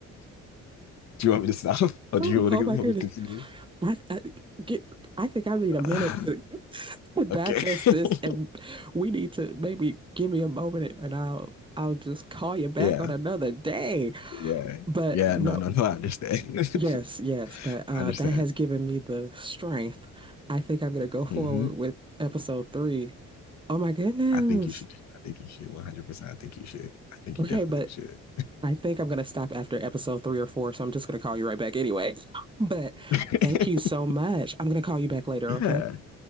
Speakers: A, on the left (about 65°); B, on the right (about 15°).
A: Do you want me to stop? Or
B: oh
A: do you want to
B: my goodness.
A: me continue?
B: I, I, get, I think I need
A: <laughs>
B: a minute to, to digest
A: okay. <laughs>
B: this, and we need to maybe give me a moment, and I'll I'll just call you back
A: yeah.
B: on another day.
A: Yeah.
B: But
A: Yeah.
B: no,
A: No, no, no, I understand.
B: yes,
A: <laughs>
B: yes, but uh,
A: I understand.
B: that has given me the strength. I think I'm gonna go forward
A: hmm
B: with episode three. Oh my goodness.
A: I think you should. I think you should. One hundred percent. I think you should. I think
B: Okay,
A: you definitely
B: but
A: should.
B: I think I'm going to stop after episode three or four, so I'm just going to call you right back anyway. <laughs> But
A: <laughs>
B: thank you so much. I'm going to call you back later,
A: Yeah.
B: okay?